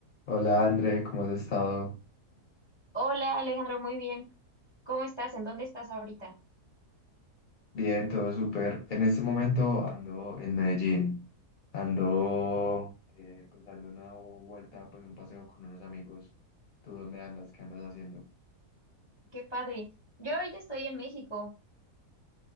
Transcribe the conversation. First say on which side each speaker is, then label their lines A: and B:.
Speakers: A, on the left; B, on the left.
A: Hola André, ¿cómo has estado?
B: Hola Alejandro, muy bien. ¿Cómo estás? ¿En dónde estás ahorita?
A: Bien, todo súper. En este momento ando en Medellín. Ando eh, pues dando una vuelta, pues un paseo con unos amigos. ¿Tú dónde andas? ¿Qué andas haciendo?
B: Qué padre. Yo ahorita estoy en México.